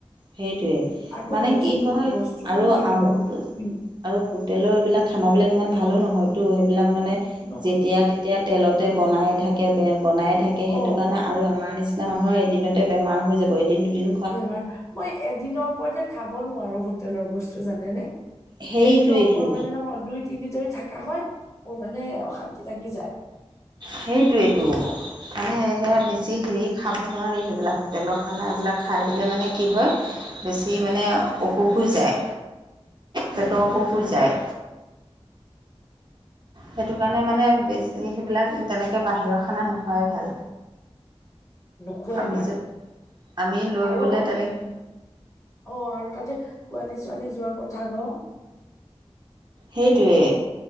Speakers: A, on the right; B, on the left.
A: সেইটোৱে
B: আকৌ
A: মানে
B: বস্তু
A: কি হয়
B: বস্তু
A: আৰু
B: কি কিনিব
A: আৰম্ভ কৰিছে।
B: ইম,
A: আৰু হোটেলৰ এইবিলাক খানাবিলাক ইমান ভালো নহয়তো সেইবিলাক মানে
B: নহয়
A: যেতিয়া এয়া তেলতে বনাই থাকে বে বনাই থাকে
B: অ
A: সেইটো কাৰণে আৰু আমাৰ নিচিনা এতিয়া জানো নহয় এদিনতে বেমাৰ হৈ যাব এদিন-দুদিন
B: বেমাৰ আহ্ মই এদিনৰ ওপৰত যে খাব নোৱাৰো হোটেলৰ বস্তু জানেনে।
A: সেইটোৱেইটো,
B: এদিনৰ ওপৰত মানে নহয় দুই তিনদিন যদি থাকা হয় মোৰ মানে অশান্তি লাগি যায়।
A: সেইটোৱেইটো। মানে সেয়া বেছি হেৰি খাব নোৱাৰি সেইবিলাক হোটেলৰ খানা এইবিলাক খাই দিলে মানে কি হয় বেছি মানে অসুখ হৈ যায়।
B: উম
A: পেটৰ অসুখ
B: উম
A: হৈ যায়। সেইটো কাৰণে মানে বেছি সেইবিলাক তেনেকে বাহিৰৰ খানা নোখোৱাই ভাল।
B: নোখোৱাই
A: আমি
B: ভাল
A: যে আমি লৈ
B: আৰু
A: গলে তেনেকে
B: অ আৰু তাতে পোৱালি-ছোৱালী যোৱাৰ কথা ন।
A: সেইটোৱে